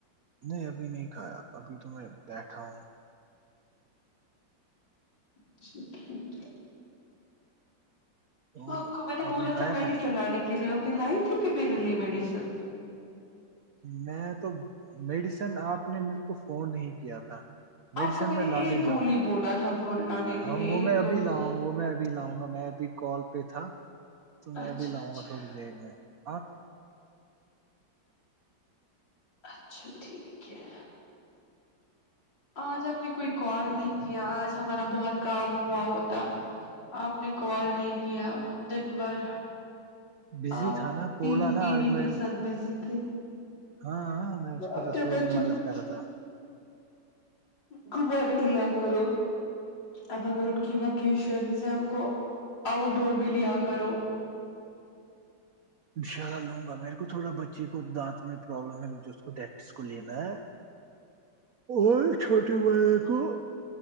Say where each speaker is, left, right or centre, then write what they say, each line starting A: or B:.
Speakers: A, on the right; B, on the left.
A: نہیں ابھی نہیں کھایا ابھی تو میں بیٹھا ہوں
B: اچھا ٹھیک ہے
A: تو
B: آپ کو میں نے
A: آپ
B: بولا
A: کھایا
B: تھا میڈیسن
A: کھانا
B: لانے کے لیے آپ نے لائی تھی پھر میرے لیے میڈیسن
A: میں تو میڈیسن آپ نے میرے کو فون نہیں کیا تھا میڈیسن
B: آپ کو
A: میں
B: نے
A: لاے
B: ایک گولی
A: جاؤں گا
B: بولا تھا وہ لانے
A: ہاں
B: کے لیے
A: وہ
B: ایک
A: میں ابھی
B: گولی
A: لاؤں گا وہ میں ابھی لاؤں گا میں ابھی کال پہ تھا تو میں
B: اچھا
A: بھی لاؤں
B: اچھا
A: گا تھوڑی دیر میں آپ
B: اچھا ٹھیک ہے آج ہم نے کوئی کال نہیں کیا آج ہمارا بہت کام ہوا ہوتا آپ نے کال نہیں کیا دن بھر
A: بزی
B: آپ
A: تھا نا بولا
B: بیوی
A: نا آج
B: کے
A: میں
B: ساتھ بزی تھے
A: ہاں ہاں میں اس کو
B: اپنے
A: رسوئی
B: بچوں
A: میں مدد
B: کو
A: کر رہا تھا
B: گھمانے لیا کرو اب اگر ان کی وکیشنس ہیں ان کو آؤٹ ڈور بھی لیا کرو
A: انشاء اللہ لوں گا میرے کو تھوڑا بچی کو دانت میں پرابلم ہے مجھ اس کو پریکٹس کو لینا ہے اور چھوٹے بڑے کو